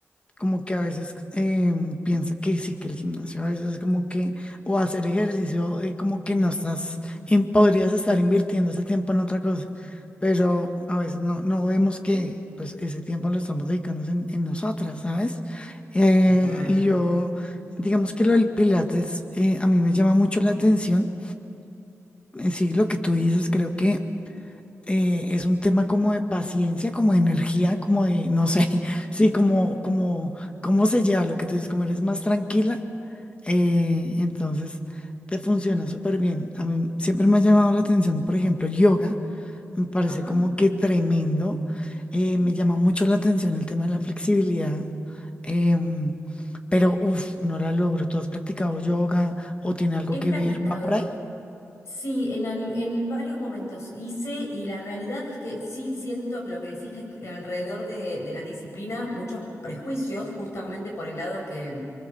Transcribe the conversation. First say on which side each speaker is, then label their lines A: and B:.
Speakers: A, on the left (about 20°); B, on the left (about 65°).
A: como que a veces eh, piensa que sí, que el gimnasio a veces es como que, o hacer ejercicio, eh, como que no estás, in- podrías estar invirtiendo ese tiempo en otra cosa, pero a veces no, no vemos que pues ese tiempo lo estamos dedicando en, en nosotras, ¿sabes? Eh,
B: Total.
A: y yo, digamos que lo del Pilates eh, a mí me llama mucho la atención. Eh, Sí, lo que tú dices, creo que eh, es un tema como de paciencia, como de energía, como de, no sé, <laughs> sí, como, como, cómo se lleva lo que tú dices, como eres más tranquila, eh, entonces te funciona súper bien. A mí siempre me ha llamado la atención, por ejemplo, yoga, me parece
B: Ajá.
A: como que tremendo, eh, me llama mucho la atención el tema de la flexibilidad, em, pero uff, no la logro. ¿Tú has practicado yoga o tiene algo
B: He
A: que
B: practicado.
A: ver? ¿Va por ahí?
B: Sí, en, al- en varios momentos hice y la realidad es que sí siento que lo que decís que hay alrededor de, de la disciplina, muchos prejuicios, justamente por el lado que